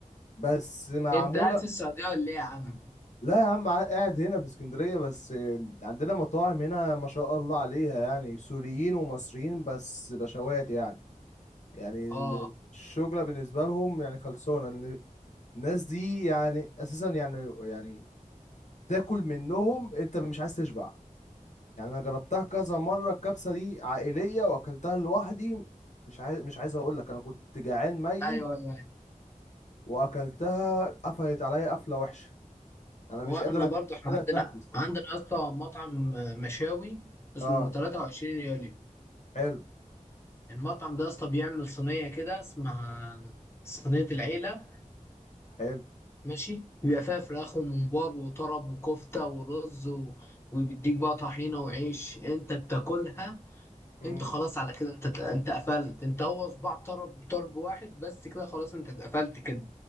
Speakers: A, on the left (about 55°); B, on the left (about 20°).
A: بس معموله
B: انت قاعد في السعوديه ولا ايه يا عم
A: لا يا عم ع- قاعد هنا في اسكندرية بس عندنا مطاعم هنا ما شاء الله عليها يعني سوريين ومصريين بس بشوات يعني يعني
B: اه
A: ال- الشغلة بالنسبة لهم يعني خلصانة لأن الناس دي يعني أساسا يعني يعني تاكل منهم أنت مش عايز تشبع يعني أنا جربتها كذا مرة الكبسة دي عائلية وأكلتها لوحدي مش عايز مش عايز أقول لك أنا كنت جعان ميت
B: ايوه ايوه
A: وأكلتها قفلت عليا قفلة وحشة أنا
B: وانا
A: مش قادر
B: برضو
A: أت- مش
B: احنا
A: قادر
B: عندنا
A: أتنفس
B: عندنا يا اسطى مطعم مشاوي اسمه
A: أه
B: 23 يوليو
A: حلو
B: المطعم ده يا اسطى بيعمل صينيه كده اسمها صينيه العيله
A: حلو
B: ماشي بيبقى فيها فراخ وممبار وطرب وكفته ورز و... وبيديك بقى طحينه وعيش انت بتاكلها
A: امم
B: انت خلاص على كده انت انت قفلت انت هو صباع طرب طرب واحد بس كده خلاص انت اتقفلت كده